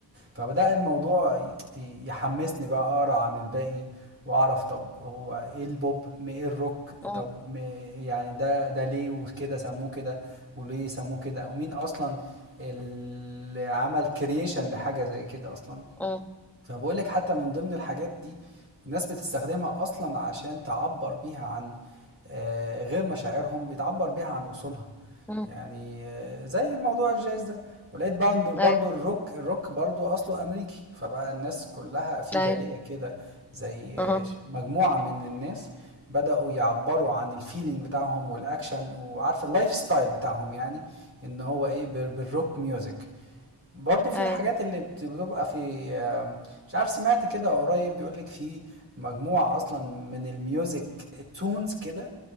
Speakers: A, on the right; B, in the centre.
A: فبدأ الموضوع ي- يحمسني بقى أقرأ عن الباقي وأعرف طب هو إيه البوب م- إيه الروك
B: مم،
A: طب م- يعني ده ده ليه وكده سموه كده وليه سموه كده ومين أصلا اللي عمل كرييشن لحاجة زي كده أصلا
B: مم،
A: فبقول لك حتى من ضمن الحاجات دي الناس بتستخدمها اصلا عشان تعبر بيها عن آه، غير مشاعرهم بتعبر بيها عن اصولها
B: مم.
A: يعني آه، زي موضوع الجاز ده ولقيت برضه برضه
B: ايوه
A: الروك الروك برضه اصله امريكي فبقى الناس كلها في
B: ايوه
A: جالية كده زي
B: اها
A: آه، ش- مجموعة من الناس بدأوا يعبروا عن الفيلينج بتاعهم والاكشن وعارف اللايف ستايل بتاعهم يعني ان هو ايه بال- بالروك ميوزك برضه في
B: ايوه
A: الحاجات اللي بت- بتبقى في آم، مش عارف سمعت كده قريب بيقولك في مجموعة أصلا من الميوزك تونز كده